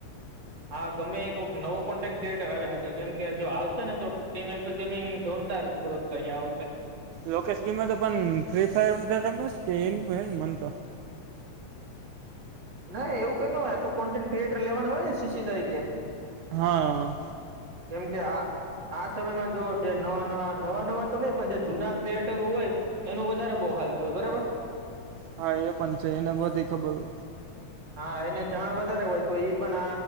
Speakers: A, on the right; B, on the right.
A: હા, ગમે એક નવો કોન્ટેન્ટ ક્રિએટર આવે શકે કેમ કે જો, આવશે ને તો ટીમ એપકસ ગેમિંગ જોરદાર ગ્રોથ, કરી આ વખતે
B: લોકેશ ગીમાં તો પણ ફ્રી ફાયર વધારે કે એનું હ મનતો
A: ના એવું કઈ ન હોય આ તો કોન્ટેન્ટ ક્રિએટર લેવાનું હોય ને સીસી તરીકે.
B: હા.
A: કેમ કે આ. આ સમયમાં જો જે નવા નવા નવા નવા તો નહ પણ જે જૂના ક્રિએટરો હોય એનું વધારે બહુ હાલત હોય બરાબર.
B: હા એ પણ છે એને બધી ખબર હો
A: હા એને જાણ વધારે હોય તો એ પણ